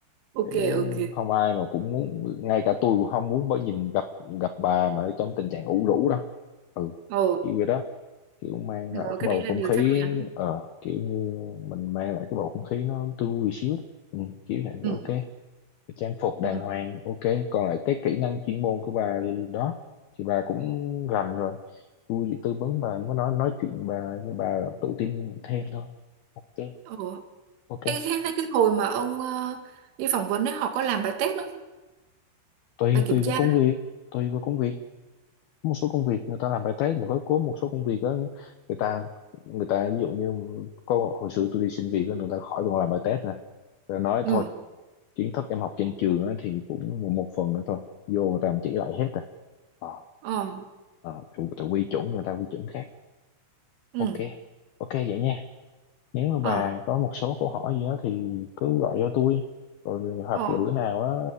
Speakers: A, on the right (about 75°); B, on the left (about 85°).
A: ok
B: Để
A: ok
B: không ai mà cũng muốn ngay cả tôi cũng không muốn bởi nhìn gặp gặp bà mà trong tình trạng ủ rũ đâu ừ
A: ồ
B: kiểu vậy đó kiểu mang
A: đó,
B: lại cái
A: cái
B: bầu
A: đấy là
B: không
A: điều
B: khí
A: chắc chắn
B: ờ kiểu như mình mang lại cái bầu không khí nó tươi vui xíu ừ, kiểu vậy
A: ừ
B: ok trang phục đàng
A: ừ
B: hoàng ok còn lại cái kỹ năng chuyên môn của bà thì đó thì bà cũng rành rồi tôi chỉ tư vấn bà mới nói nói chuyện bà với bà tự tin thêm thôi ok
A: ồ
B: ok
A: Ê, cái, cái cái hồi mà ông ờ, đi phỏng vấn ấy họ có làm bài test không?
B: tùy
A: Bài kiểm
B: tùy
A: tra.
B: với công việc tùy với công việc Có một số công việc người ta làm bài test mà có có một số công việc đó, người ta người ta ví dụ như có hồi xưa tôi đi xin việc đó, người ta khỏi còn làm bài test nè rồi nói
A: Ừ.
B: thôi kiến thức em học trên trường á, thì cũng một, một phần nữa thôi vô người ta cũng chỉ lại hết rồi. ờ
A: Ờ.
B: ờ, tự, tự quy chuẩn người ta quy chuẩn khác
A: Ừ.
B: ok ok vậy nha nếu mà bà
A: Ờ.
B: có một số câu hỏi gì đó thì cứ gọi cho tôi rồi hoặc
A: Ờ.
B: là bữa nào á